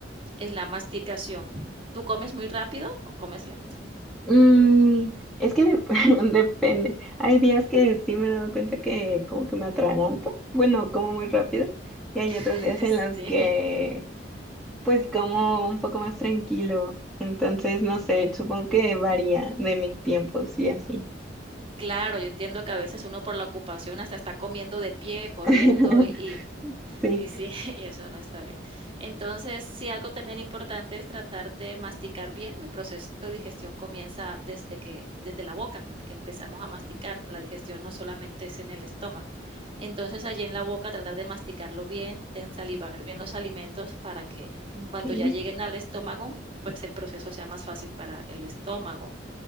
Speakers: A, on the right; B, in the centre.
A: es la masticación. ¿Tú comes muy rápido o comes lento?
B: Mm, es que dep- <laughs> depende. Hay días que sí me he dado cuenta que como que me atraganto. Bueno, como muy rápido. Y hay otros
A: <laughs>
B: días en
A: Sí,
B: los que pues como un poco más tranquilo. Entonces, no sé, supongo que varía de mis tiempos y así.
A: claro, yo entiendo que a veces uno por la ocupación hasta está comiendo de pie, corriendo
B: <laughs>
A: y
B: Sí,
A: Y sí, <laughs> y eso no está bien. Entonces, sí, algo también importante es tratar de masticar bien. El proceso de digestión comienza desde que, desde la boca, desde que empezamos a masticar. La digestión no solamente es en el estómago. Entonces, allí en la boca tratar de masticarlo bien, de ensalivar bien los alimentos para que
B: ok.
A: cuando ya lleguen al estómago, pues el proceso sea más fácil para el estómago.